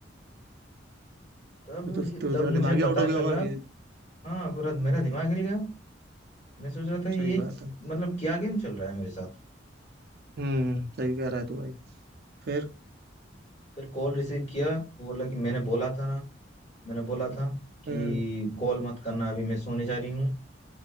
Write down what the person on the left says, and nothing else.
तब
तब
मुझे
पता
चला
हाँ पूरा मेरा दिमाग हिल गया मैं सोच रहा था ये
मतलब क्या गेम चल रहा है मेरे साथ
फिर कॉल रिसीव किया वो बोला कि मैंने बोला था ना मैंने बोला था कि
कॉल मत करना अभी मैं सोने जा रही हूँ